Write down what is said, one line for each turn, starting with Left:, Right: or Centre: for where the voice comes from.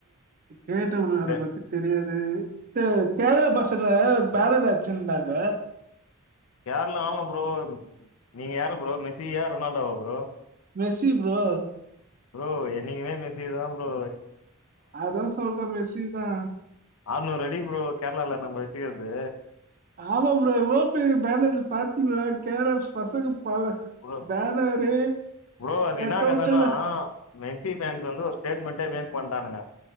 Right: கேட்ட ப்ரோ
Left: இந்த
Right: அத பத்தி தெரியாது கேரளா பசங்க பேனரு அச்சிருந்தாங்க
Left: யாரெல்லா ஆமா ப்ரோ நீங்க யார ப்ரோ மெஸ்ஸி யா நாள்டா அப்புறோ
Right: மெர்சி ப்ரோ
Left: ப்ரோ என்னைக்குமே மெஸ்ஸிதா ப்ரோ
Right: அதா சொல்ற மெஸ்ஸி தா
Left: ஆர்நூறு அடி ப்ரோ கேர்ளால நம்ம வெச் வெச்சிக்கறது
Right: ஆமா ப்ரோ எவ்ளோ பெரிய பேனரு பாத்தீங்களா கேரளாஸ் பசங்க பல
Left: ப்ரோ
Right: பேனரு
Left: ப்ரோ அது
Right: கட்
Left: என்ன
Right: அவுட்ல
Left: கதனா மெஸ்ஸி ஃபேன்ஸு வந்து ஒரு ஸ்டேட்மெண்டே மேக் பண்டானுங்க